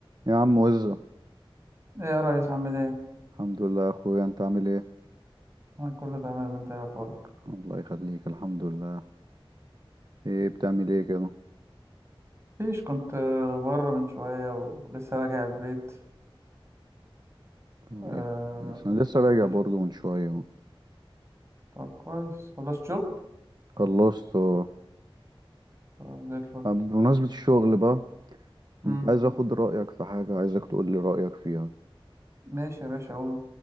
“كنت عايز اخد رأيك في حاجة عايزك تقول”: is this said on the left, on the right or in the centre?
Right